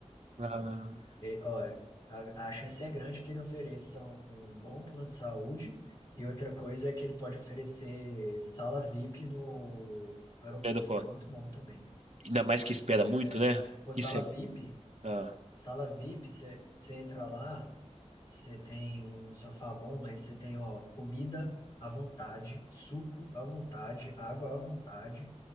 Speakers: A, on the right; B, on the left.
A: Ah,
B: E, olha, a, a chance é grande que ele ofereça um, um bom plano de saúde, e outra coisa é que ele pode oferecer sala VIP no aeroporto,
A: é da porra.
B: que é muito bom também.
A: Ainda mais que espera muito,
B: É.
A: né?
B: Pô, sala
A: Isso é.
B: VIP,
A: Ah.
B: sala VIP, você entra lá, você tem um sofá bom, mas você tem, ó, comida à vontade, suco à vontade, água à vontade,